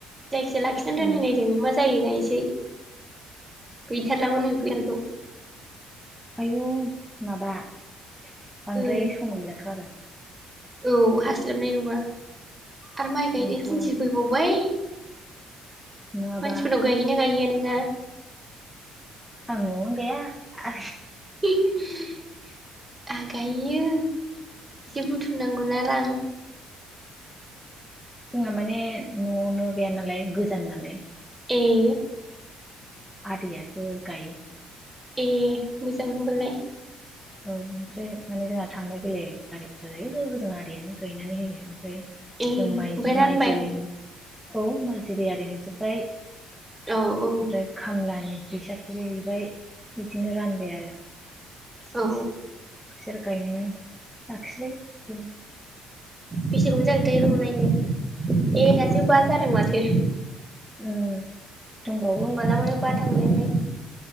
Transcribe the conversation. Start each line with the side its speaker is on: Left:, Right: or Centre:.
Right: जायखिया लाखिनानै दोनायनायदों
Centre: उम
Right: मा मा जायो नायसै । गैथारलाबो नो । फैयाखै
Centre: आयौ माबा बांद्राय
Right: ओ
Centre: सम गैलाथ' आरो ।
Right: औ हास्लाबनाय नङा । आरो माइ
Centre: बेनोथन
Right: गायनाय दिनथि फैबावबाय ।
Centre: नङाबा
Right: मानसिफोरनाव गायहैयोना गायहैया नों ना
Centre: नवावनो गाया आ
Right: आहा गायहैयो । इसे बुथुमनांगौना रां ।
Centre: जोंना माने न'आवनो गाया नालाय गोजान नालाय ।
Right: ए
Centre: आदैयासो गायो ।
Right: ए मोजां होनबालाय ।
Centre: औ ओमफ्राय माने जोंहा थांलाय फैलाय गारि खरसा जायो होजों आदैयानो गायनानै होयो ओमफ्राय
Right: ए ओमफाय
Centre: जों माइ
Right: रानबाय
Centre: माइ जोलै
Right: ।
Centre: औ माइ जोलै आरि हैजोब्बाय ओमफ्राय
Right: औ औ
Centre: खामलानि फैसाखौबो हैबाय बिदिनो रानबाय आरो एसे
Right: औ
Centre: एसे बिसोरो गायनानै लाखिबाय बिदिनो
Right: बेसेबां जाखोथाय र' नायनो ए दासो बा जादों माथो
Centre: उम दंबावो
Right: मालाबानो बा थांलायबाय